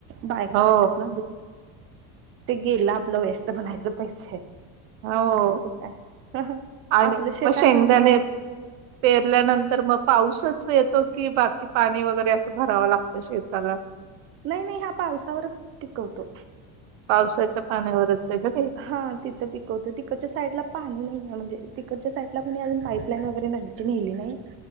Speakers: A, on the right; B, on the right.
A: बायका
B: हो
A: असतात ना, दु ते गेलं आपलं वेष्ट म्हणायचं पैसे.
B: हो
A: बाकीच काय? हं-हं.
B: आणि
A: आपलं शेत
B: मग शेंगदाणे
A: हाय म्हटल्यावर
B: पेरल्यानंतर मग पाऊसच येतो की? बाकी पाणी वगैरे असं भरावं लागतं शेताला?
A: नाही नाही ह्या पावसावरच पिकवतो.
B: पावसाच्या पाण्यावरच आहे का ते?
A: हां तिथं पिकवतो, तिकडच्या साईडला पाणी नाहीे हाय, म्हणजे तिकडच्या साइडला कोणी अजून पाईपलाईन वगैरे नदी ची नेली नाही,